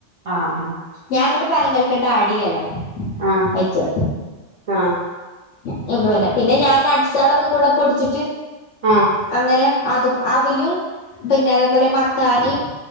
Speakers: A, on the right (about 55°); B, on the left (about 75°).
A: ആഹ് ആഹ് ആഹ്
B: ഞാങ്ങട്ട് പനം കൽക്കണ്ടം ആഡെയ്യലാ
A: ആഹ്
B: അയ്ക്ക്
A: ആഹ്
B: ഇപ്പൊക്കെ വര്നെ പിന്നെ ഞാന് നട്സളൊക്കെ കൂടെ പൊട്ച്ചിട്ട്
A: ആഹ്
B: അങ്ങനെ അതും അവിലും പിന്നെ അതേപോലെ മക്കാനിം